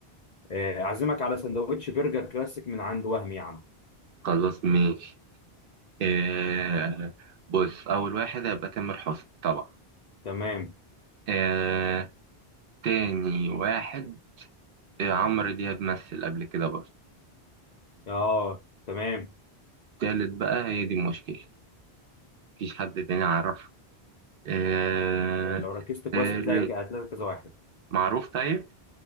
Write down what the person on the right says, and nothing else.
خلاص ماشي آه... بص اول واحد هيبقى تامر حسني طبعا
آه... تاني واحد إيه، عمرو دياب مثل قبل كده برضه
التالت بقى هي دي المشكلة مفيش حد تاني عرفه آه،
التالت
معروف طيب